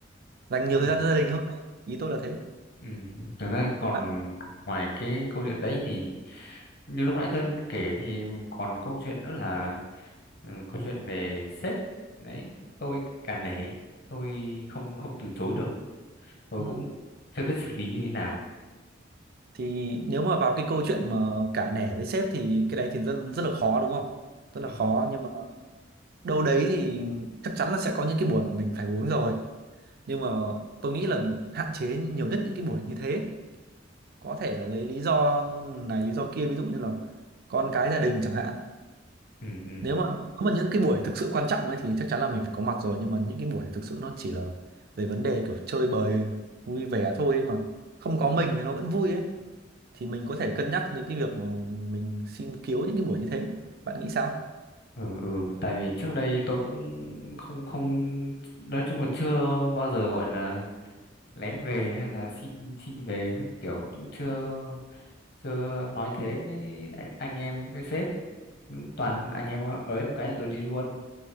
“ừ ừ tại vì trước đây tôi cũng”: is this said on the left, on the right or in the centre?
Left